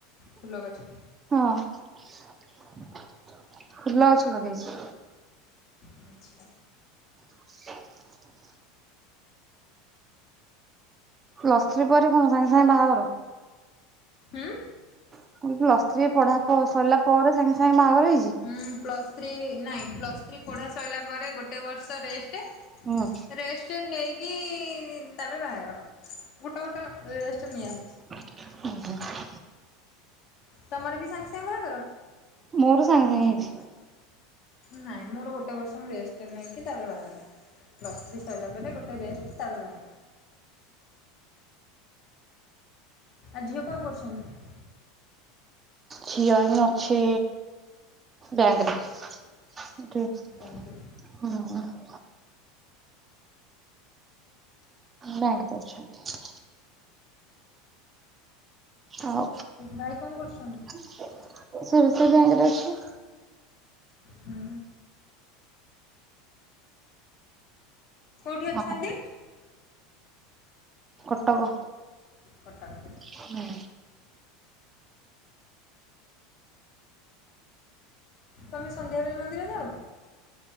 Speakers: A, on the left (about 55°); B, on the right (about 30°).
A: ଫୁଲ ଗଛ?
B: ହଁ -ଫୁଲ ଲଗେଇଚି।
A: ଆଚ୍ଛା
B: <inaudible> ପ୍ଲସ୍ ଥ୍ରୀ ପରେ କଣ୍ ସାଙ୍ଗେ ସାଙ୍ଗେ ବାହାଘର?
A: ହୁଁ।
B: ମୁଁ କହିଲି ପ୍ଲସ୍ ଥ୍ରୀ ପଢା ତ ସରିଲା ପରେ ସାଙ୍ଗେ ସାଙ୍ଗେ ବାହାଘର ହେଇଚି?
A: ଉଁ -ପ୍ଲସ୍ ଥ୍ରୀ -ନାଇଁ ପ୍ଲସ୍ ଥ୍ରୀ ପଢ଼ା ସଇଲା ପରେ ଗୋଟେ ବର୍ଷ ରେଷ୍ଟେ
B: ହୁଁ
A: ରେଷ୍ଟେ ନେଇକି ତାପରେ ବାହାଘର। ଗୋଟେ ଗୋଟେ ରେଷ୍ଟେ ନିଆ ହେଇଚି।
B: <inaudible>
A: ତମର ବି ସାଙ୍ଗେ ସାଙ୍ଗେ ବାହାଘର?
B: ମୋର ସାଙ୍ଗେ ସାଙ୍ଗେ ହେଇଚି।
A: ନାଇଁ ମୋର ଗୋଟେ ବର୍ଷ ମୁଁ ରେଷ୍ଟ ନେଇକି ତାପରେ ବାହାଘର ପ୍ଲସ ଥ୍ରୀ ସରିଲା ପରେ ଗୋଟେ ରେଷ୍ଟ୍ ତା ପରେ ବାହାଘର। ଆ ଝିଅ କଣ କରୁସନ୍ତି?
B: ଝିଅ ଏଇନେ ଅଛି ବ୍ୟାଙ୍କରେ। <inaudible>
A: ବ୍ୟାଙ୍କରେ।
B: ବ୍ୟାଙ୍କ୍ ରେ ଅଛନ୍ତି। ଆଉ
A: ଭାଇ କଣ କରୁଛନ୍ତି?
B: <unintelligible> ବ୍ୟାଙ୍କରେ ଅଛି।
A: ହୁଁ। କଉଠି ଅଛନ୍ତି?
B: ହଁ କଟକ।
A: କଟକ୍ ରେ।
B: ହଁ।
A: ତମେ ସନ୍ଧ୍ୟାବେଳେ ମନ୍ଦିର ଯାଅ?